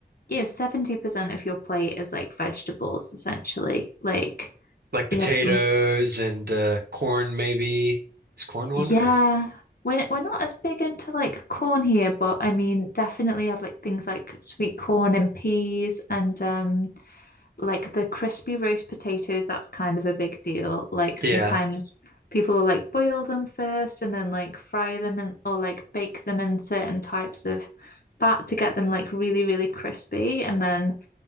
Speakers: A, on the left; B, on the right.
A: you know, 70% of your plate is like vegetables essentially. Like
B: Like potatoes
A: we have,
B: and uh, corn, maybe. Is corn one
A: yeah.
B: or?
A: We're, we're not as big into like corn here, but I mean, definitely have like things like sweet corn and peas and um like the crispy roast potatoes, that's kind of a big deal. Like
B: Yeah.
A: sometimes people will like boil them first and then like fry them and or like bake them in certain types of fat to get them like really, really crispy. And then